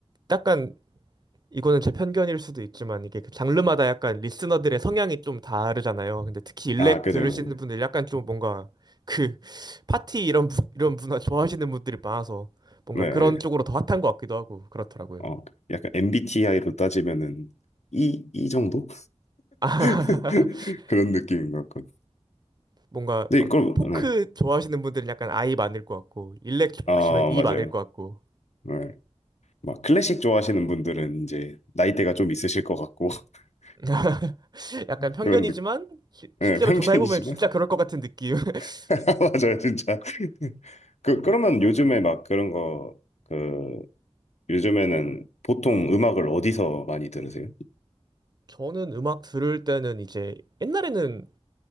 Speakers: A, on the right; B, on the left.
A: 약간 이거는 제 편견일 수도 있지만 이게 그 장르마다 약간 리스너들의 성향이 좀 다르잖아요. 근데 특히 일렉
B: 아, 그죠.
A: 들으시는
B: 그죠.
A: 분들 약간 좀 뭔가 그 파티 이런 부- 이런 문화 좋아하시는 분들이 많아서 뭔가
B: 네. 예.
A: 그런 쪽으로 더 핫한 것 같기도 하고 그렇더라고요.
B: 어, 약간 MBTI로 따지면은 E, E 정도?
A: <laughs>
B: <laughs> 그런 느낌인 것 같고.
A: 뭔가
B: 네,
A: 막
B: 이걸
A: 포크
B: 네.
A: 좋아하시는 분들은 약간 아이 많을 것 같고 일렉 좋아하시면
B: 아,
A: 이
B: 맞아요.
A: 많을 것 같고
B: 네. 막 클래식 좋아하시는 분들은 이제 나이대가 좀 있으실 것 같고, <laughs>
A: <laughs> 약간 편견이지만
B: 그런 느
A: 시-
B: 네,
A: 실제로
B: 편견이지만.
A: 조사해보면 진짜 그럴 것 같은 느낌. <laughs>
B: <laughs> 맞아요, 진짜. <laughs> 그, 그러면 요즘에 막 그런 거, 그, 요즘에는 보통 음악을 어디서 많이 들으세요?
A: 저는 음악 들을 때는 이제 옛날에는